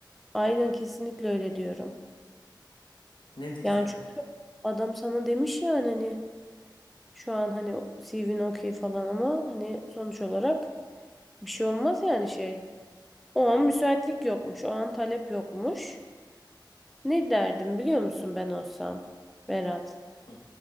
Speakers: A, in the centre; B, on the left.
A: Aynen kesinlikle öyle diyorum.
B: Ne diyeceğim?
A: Yani çünkü adam sana demiş yani hani Şu an hani CV'nin okey falan ama hani sonuç olarak bir şey olmaz yani şey. O an müsaitlik yokmuş. O an talep yokmuş. Ne derdim biliyor musun ben olsam Berat?
B: Hı,